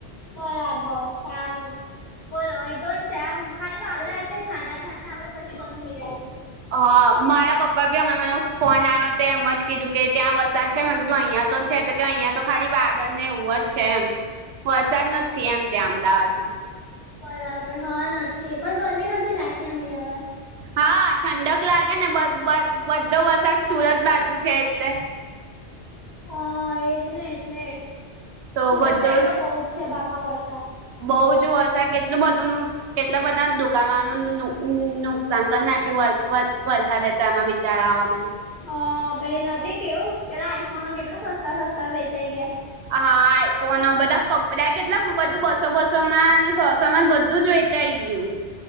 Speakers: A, on the left; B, on the right.
A: બરાબર સારું. બોલો, અહીં તો સેમ આમ ખાલી વાદળાં છે. છાંટા-છાંટા આવે, પછી બંધ થઈ જાય છે.
B: હા, મારા પપ્પાનો પણ ફોન આવ્યો હતો. એમ જ કહ્યું કે ત્યાં વરસાદ છે. મેં કીધું અહંયા તો છે તો કે અહીંયા તો ખાલી વાદળાં ને ઉવ જ છે એમ. વરસાદ નત થઈ એમ ત્યાં અમદાવાદ માં.
A: બરાબર હા નથી પણ ગરમી પણ નથી લાગતી અમે આઈ આગળ.
B: હા, ઠંડક લાગે ને, બંધ બંધ બધો સુરત બાજુ છે એટલે.
A: હા, એજ ને એટલે જ.
B: તો
A: સુરત
B: બધો
A: શહેર તો બહુ છે બાપા વરસાદ.
B: બઉ જ વરસાદ કેટલું બધું નું કેટલા બધા દુકાનોનુ ઉ નું નુકસાન કર નાખ્યું વલ વલ વલસાદ ને ત્યાં ના બી. ચાળાઓ ને.
A: અહ પેલી નતી કેવું પેલા આઈ ફોનો કેટલા સસ્તા સસ્તા વેચાઈ ગયા
B: હા આઈ ફોનો બધા કપરા કેટલા બ બધું બસો બસો માં અને સો સો માં બધું જ વે ચાઈ ગયું.